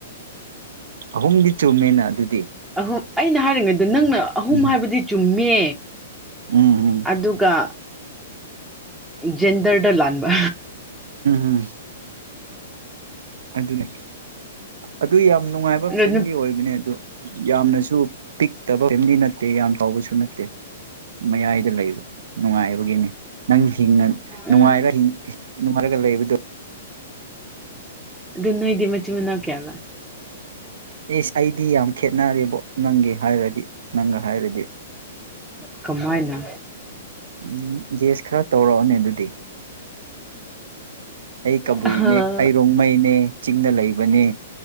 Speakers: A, on the right; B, in the centre.
A: ꯑꯍꯨꯝꯗꯤ ꯆꯨꯝꯃꯦꯅ ꯑꯗꯨꯗꯤ
B: ꯎꯝ ꯑꯩꯅ ꯍꯥꯏꯔꯤꯉꯩ ꯅꯪꯅ ꯑꯍꯨꯝ
A: ꯎꯝ
B: ꯍꯥꯏꯕꯗꯤ ꯆꯨꯝꯃꯦ
A: ꯎꯝ ꯎꯝ
B: ꯑꯗꯨꯒ ꯖꯦꯟꯗꯔꯗ ꯂꯥꯟꯕ
A: ꯎꯝ ꯑꯗꯨꯅꯦ ꯑꯗꯨ ꯌꯥꯝ ꯅꯨꯡꯉꯥꯏꯕ ꯐꯦꯃꯤꯂꯤ
B: ꯑꯗꯨ
A: ꯑꯣꯏꯕꯅꯦ ꯑꯗꯨ ꯌꯥꯝꯅꯁꯨ ꯄꯤꯛꯇꯕ ꯐꯦꯃꯤꯂꯤ ꯅꯠꯇꯦ ꯌꯥꯝ ꯆꯥꯎꯥꯎꯕꯁꯨ ꯅꯠꯇꯦ ꯃꯌꯥꯏꯗ ꯂꯩꯕ ꯅꯨꯡꯉꯥꯏꯕꯒꯤꯅꯤ ꯅꯪ ꯍꯤꯡ ꯅꯨꯡꯉꯥꯏꯔ
B: ꯎꯝ
A: ꯅꯨꯡꯉꯥꯏꯔꯒ ꯂꯩꯕꯗꯨꯣ
B: ꯑꯗꯨ ꯅꯣ ꯏꯗꯤ ꯃꯆꯤ ꯃꯅꯧ ꯀꯦꯌꯥꯂ
A: ꯑꯦ ꯑꯩꯗꯤ ꯌꯥꯝ ꯈꯦꯠꯅꯔꯦꯕꯣ ꯅꯪꯒꯤ ꯍꯥꯏꯔꯗꯤ ꯅꯪꯒ ꯍꯥꯏꯔꯗꯤ
B: ꯀꯃꯥꯏꯅ
A: ꯎꯝ ꯒꯦꯁ ꯈꯔ ꯇꯧꯔꯛꯑꯣꯅꯦ ꯑꯗꯨꯗꯤ ꯑꯩ ꯀꯕꯨꯏꯅꯦ
B: ꯑꯥ
A: ꯑꯩ ꯔꯣꯡꯃꯩꯅꯦ ꯆꯤꯡꯗ ꯂꯩꯕꯅꯦ